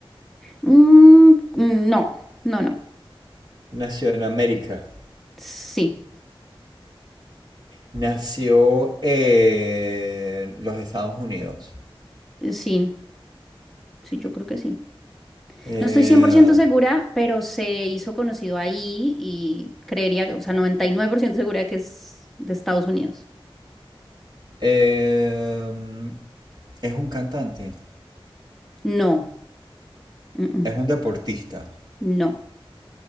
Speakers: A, in the centre; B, on the right (about 45°).
A: Mm, mm, no, no, no.
B: Nació en América.
A: Sí,
B: Nació en los Estados Unidos.
A: sí, sí, yo creo que sí.
B: Eh,
A: No estoy 100% segura, pero se hizo conocido ahí y creería, que- o sea, 99% segura que es de Estados Unidos.
B: eh, mm, es un cantante.
A: No, mm, mm,
B: Es un deportista.
A: no,